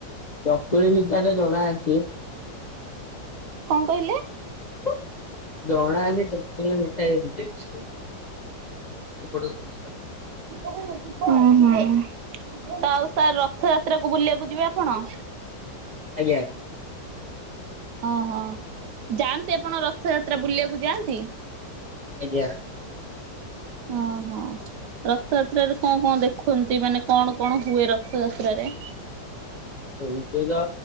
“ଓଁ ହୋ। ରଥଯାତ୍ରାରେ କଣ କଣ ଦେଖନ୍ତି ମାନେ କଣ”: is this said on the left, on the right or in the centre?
Right